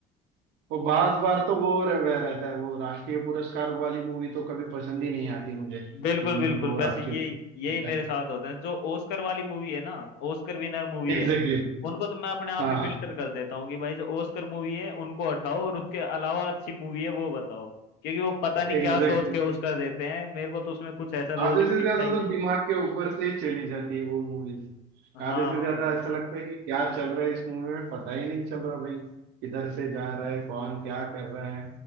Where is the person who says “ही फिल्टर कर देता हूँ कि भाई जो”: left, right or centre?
Left